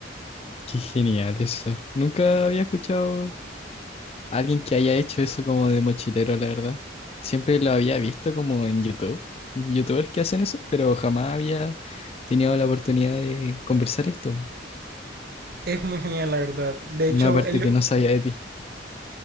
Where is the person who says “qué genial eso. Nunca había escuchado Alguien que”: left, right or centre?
Left